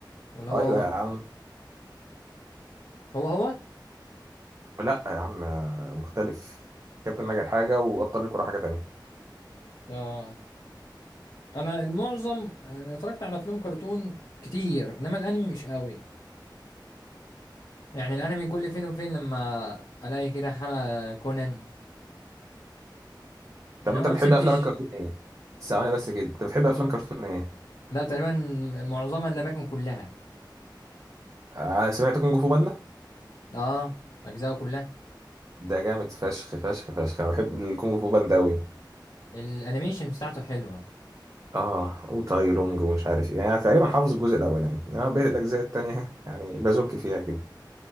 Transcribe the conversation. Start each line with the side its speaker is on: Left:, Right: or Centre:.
Left: ولا
Right: ايوه
Left: هو هو
Right: يا عم
Left: هو هو
Right: لا يا عم مختلف كابتن ماجد حاجه وابطال الكره حاجه تانية
Left: اه انا المعظم انا اتفرجت على افلام كرتون كتير انما الانمي مش قوي يعني الانمي كل فين وفين لما الاقي كده حلقة كونان
Right: طب
Left: انا
Right: انت
Left: ما
Right: بتحب
Left: مسكتش
Right: افلام الكرتون ايه ثواني بس كده انت بتحب افلام كرتون ايه
Left: لا تقريبا معظمها لم يكن كلها
Right: انا سمعت كونج فو باندا
Left: اه اجزاء كلها
Right: ده جامد فشخ فشخ فشخ انا بحب الكونج فو باندا قوي
Left: الانيميشن بتاعته حلوة
Right: اه وتاي لونج ومش عارف ايه يعني أنا تقريبا حافظ الجزء الاولاني انما بقيت الاجزاء التانية يعني بزك فيها كده